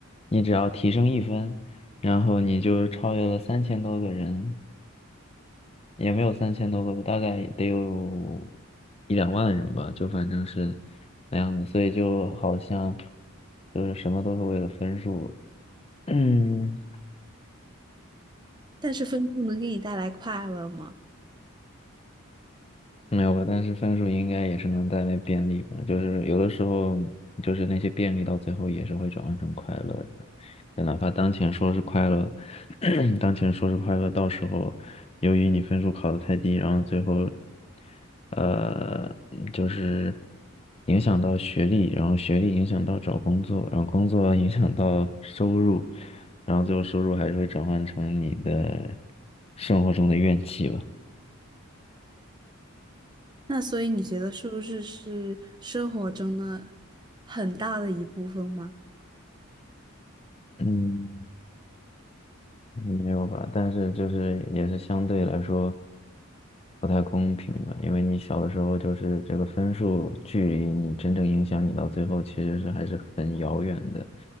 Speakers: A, on the left; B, on the right.
A: 你只要提升一分，然后你就超越了三千多个人，也没有三千多个吧，大概得有一两万人吧，就反正是那样的。所以就好像就是什么都是为了分数，<clears throat> 嗯。
B: 但是分数能给你带来快乐吗？
A: 没有吧，但是分数应该也是能带来便利吧。就是有的时候，就是那些便利到最后也是会转换成快乐的。就哪怕当前说是快乐，<clears throat> 当前说是快乐，到时候由于你分数考得太低，然后最后，呃，就是影响到学历，然后学历影响到找工作，然后工作影响到收入，然后最后收入还是会转换成你的生活中的怨气吧。
B: 那所以你觉得收入是生活中的很大的一部分吗？
A: 嗯。嗯没有吧？但是就是也是相对来说不太公平吧，因为你小的时候就是这个分数距离你真正影响你到最后其实是还是很遥远的，